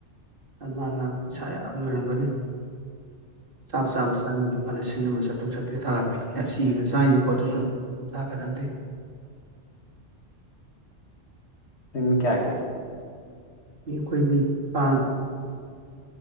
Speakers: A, on the right; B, on the left.
A: ꯑꯗꯨꯃꯅꯅ ꯄꯩꯁꯥ ꯌꯥꯝ ꯂꯣꯏꯔꯝꯒꯅꯤ ꯆꯥꯛ
B: ꯎꯝ
A: ꯆꯥꯕ ꯆꯪꯉ ꯂꯨꯄꯥ ꯂꯤꯁꯤꯡ ꯑꯃ ꯆꯥꯇ꯭ꯔꯨꯛ ꯆꯥꯇ꯭ꯔꯦ ꯇꯔꯥꯅꯤ ꯀꯌꯥ ꯁꯤꯅ ꯆꯥꯔꯤꯅꯤꯀꯣ ꯑꯗꯨꯁꯨ ꯆ ꯀꯖꯇ
B: ꯅꯤꯡꯃꯤ ꯀꯦꯌꯥꯒꯦ
A: ꯃꯤꯈꯣꯏ ꯃꯤ ꯅꯤꯄꯥꯟ